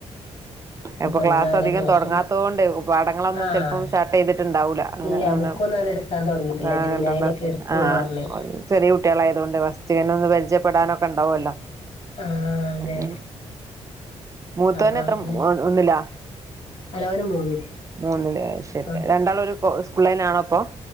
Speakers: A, on the left (about 55°); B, on the right (about 25°).
A: ഇനിപ്പ
B: അപ്പൊ ക്ലാസ്
A: ഇന്നങ്ങനെ
B: അധികം
A: പോയിട്ടില്ല
B: തുടങ്ങാത്തോണ്ട് പടങ്ങളൊന്നും
A: ആഹ്
B: ചെപ്പം സ്റ്റാർട്ട് ചെയ്തിട്ടുണ്ടാവൂല അ
A: ഇല്ല
B: ഒ
A: ബുക്കൊന്നും അങ്ങനെ എടുക്കാൻ തുടങ്ങിയിട്ടില്ല
B: വണ്ടണ്ട്
A: ജൂലൈയിലൊക്കെ എടുക്കുള്ളൂ
B: ആഹ്
A: പറഞ്ഞ്
B: ചെറിയ കുട്ടികള ആായതുകൊണ്ട് വസ്തികനൊന്ന് പരിചയപ്പെടാനൊക്കെ ഉണ്ടാവല്ലോ
A: ആഹ് അതെ
B: ഉം മൂത്തന്നെത്ര
A: അപ്പൊ അങ്ങനെ
B: മ ഒന്നിലാ
A: അല്ല ഓന് മൂന്നില്
B: മൂന്നിലേ ശരി
A: ഉം
B: രണ്ടാൾ ഒരു പുള്ളേനാണോപ്പൊ